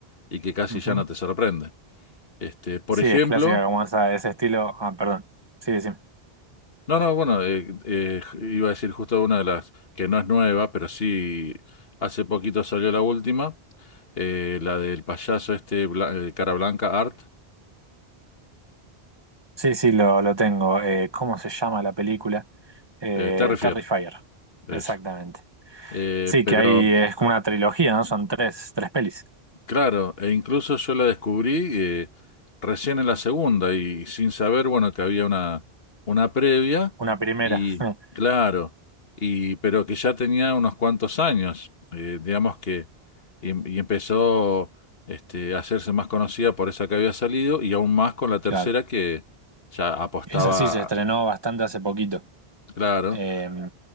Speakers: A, on the left; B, on the right.
A: y que casi
B: Ujú.
A: ya no te sorprende. Este, por
B: Sí,
A: ejemplo...
B: es clásica como esa, ese estilo. Ah, perdón. Sí, sí.
A: No, no, bueno, eh, eh, iba a decir justo una de las que no es nueva, pero sí hace poquito salió la última, eh, la del payaso este bla- eh, cara blanca, Art,
B: Sí, sí, lo, lo tengo. Eh, ¿cómo se llama la película? Eh,
A: eh, Terrifier,
B: Terrifier.
A: eso.
B: Exactamente.
A: Eh,
B: Sí,
A: pero
B: que ahí es como una trilogía, ¿no? Son tres, tres pelis.
A: Claro, e incluso yo la descubrí eh, recién en la segunda y sin saber, bueno, que había una, una previa
B: Una primera.
A: y
B: <laughs>
A: claro, y pero que ya tenía unos cuantos años, eh, digamos que y, y empezó este, a hacerse más conocida por esa que había salido y aún más con la tercera
B: Claro.
A: que ya apostaba,
B: Esa sí se estrenó bastante hace poquito.
A: claro.
B: Eh,